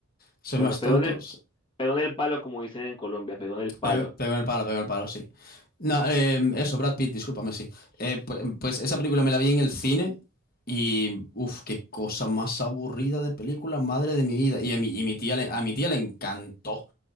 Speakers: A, on the left; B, on the left.
A: Soy
B: Bueno,
A: más
B: pegó
A: tonto.
B: en el,
A: s-
B: pegó en el palo, como dicen en Colombia, pegó en el palo.
A: Pego en el palo, pego en el palo, sí. No, eh, eso, Brad Pitt, discúlpame, sí. Eh, pues, pues esa película me la vi en el cine y, uff, qué cosa más aburrida de película, madre de mi vida. Y a mi, y mi tía le, a mi tía le encantó.